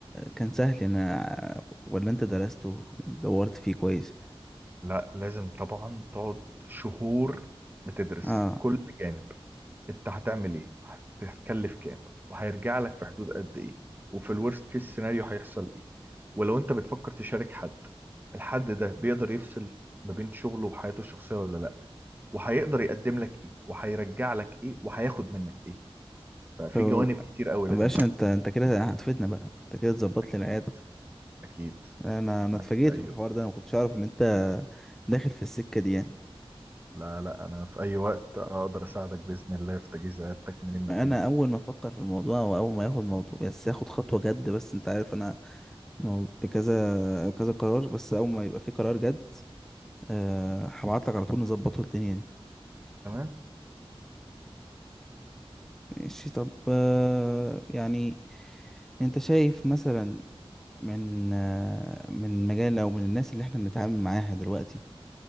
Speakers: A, in the centre; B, on the right.
A: كان سهل انا ولا انت درسته دورت فيه كويس
B: لا لازم طبعا تقعد شهور بتدرس
A: اه
B: كل جانب انت هتعمل ايه وهت- هتكلف كام وهيرجع لك في حدود قد ايه وفي الورست كيس سيناريو هيحصل ايه ولو انت بتفكر تشارك حد الحد ده بيقدر يفصل ما بين شغله وحياته الشخصية ولا لا وهيقدر يقدم لك ايه وهيرجع لك ايه وهياخد منك ايه ففي
A: طب
B: جوانب كتير قوي لازم
A: يا باشا انت انت كده هتفيدنا بقى انت كده تظبط
B: اكيد
A: لي العياده
B: اكيد
A: انا
B: معاك
A: انا اتفاجئت
B: في اي
A: بالحوار
B: وقت
A: ده انا ما كنتش اعرف ان انت داخل في السكه دي يعني
B: لا لا انا في اي وقت اقدر اساعدك باذن الله في تجهيز عيادتك من ما
A: انا
B: تنوي
A: اول ما افكر في الموضوع واول ما ياخد موضوع بس ياخد خطوه جد بس انت عارف انا موجود كذا كذا قرار بس اول ما يبقى في قرار جد أه هبعت لك على طول نظبطه الدنيا دي
B: تمام
A: ماشي طب أه يعني انت شايف مثلا من آه، من مجال او من الناس اللي احنا بنتعامل معاها دلوقتي